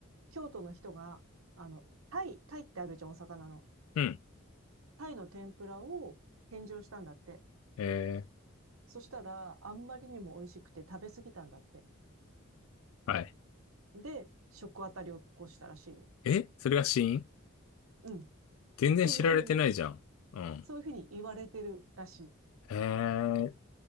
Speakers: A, on the right (about 75°); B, on the left (about 70°).
A: 京都の人が、あの、タイ、タイってあるじゃん、お魚の。
B: うん。
A: タイの天ぷらを献上したんだって。
B: え
A: そしたら、あんまりにも美味しくて食べ過ぎたんだって。
B: ー、はい。
A: で、食あたりを起こしたらしいよ。
B: えそれが死因
A: うん。っ
B: 全然知られてないじゃん。
A: ていうふうに、
B: うん。
A: そういうふうに言われてるらしい。
B: えー、